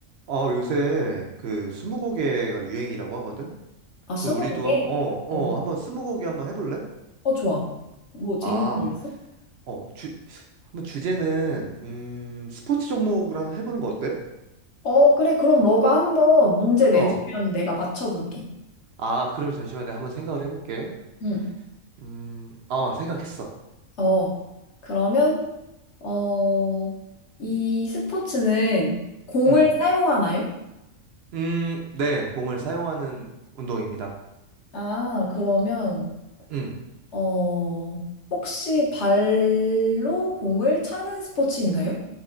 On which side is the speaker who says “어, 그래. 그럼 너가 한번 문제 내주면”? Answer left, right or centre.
Left